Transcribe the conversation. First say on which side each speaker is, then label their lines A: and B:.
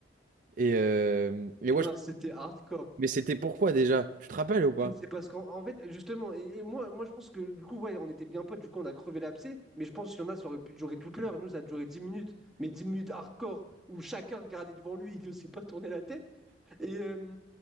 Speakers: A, on the right; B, in the centre.
A: Et, euh... et ouais,
B: Ah,
A: je-
B: C'était hardcore.
A: mais c'était pourquoi déjà? Tu te rappelles ou pas?
B: C'est parce qu'en en fait, justement, et, et moi, moi je pense que du coup, ouais, on était bien potes, du coup, on a crevé l'abcès, mais je pense qu'il y en a, ça aurait pu durer toute l'heure. Nous, ça a duré 10 minutes, mais 10 minutes hardcore, où chacun regardait devant lui, il ne s'est pas tourné la tête. Et, euh,